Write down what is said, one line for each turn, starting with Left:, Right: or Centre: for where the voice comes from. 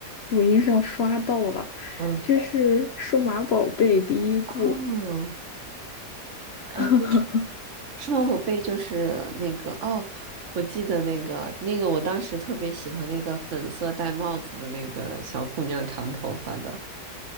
Left: 抖音上刷到了，
Right: 嗯，
Left: 就是《数码宝贝》第一部，
Right: 哦，哎，
Left: <laughs>
Right: 数码宝贝就是那个哦，我记得那个那个，我当时特别喜欢那个粉色戴帽子的那个小姑娘，长头发的，